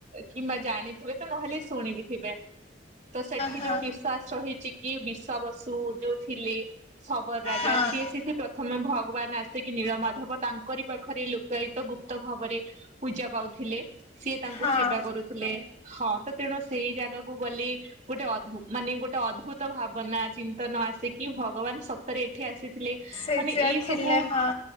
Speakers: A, on the right (about 45°); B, on the left (about 35°).
A: କିମ୍ବା ଜାଣିଥିବେ ତ ନହେଲେ ଶୁଣିକିଥିବେ। ତ ସେଠି
B: ହଁ
A: ଯୋଉ ବି ବିଶ୍ୱାସ ରହିଛି କି ବିଷ ବସୁ ଯୋଉ ଥିଲେ ସବର ରାଜା
B: ହଁ ହଁ
A: ସିଏ ସେଠି ପ୍ରଥମେ ଭଗବାନ ଆସିକି ନୀଳମାଧବ ତାଙ୍କରି ପାଖରେ ଲକାୟତ ଗୁପ୍ତ ଭାବରେ ପୂଜା ପାଉଥିଲେ। ସିଏ ତାଙ୍କ
B: ହଁ
A: ସେବା କରୁ ଥିଲେ, ହଁ ତ ତେଣୁ ସେଇ ଜାଗାକୁ ଗଲେ ଗୋଟେ ଅଦ୍ଭୁ ମାନେ ଗୋଟେ ଅଦ୍ଭୁତ ଭାବନା ଚିନ୍ତନ ଆସେକି ଭଗବାନ ସତରେ ଏଠି ଆସିଥିଲେ।
B: ସେଇଠି
A: ମାନେ
B: ଆଉ
A: ଏଇ
B: ଥିଲେ
A: ସବୁ
B: ହଁ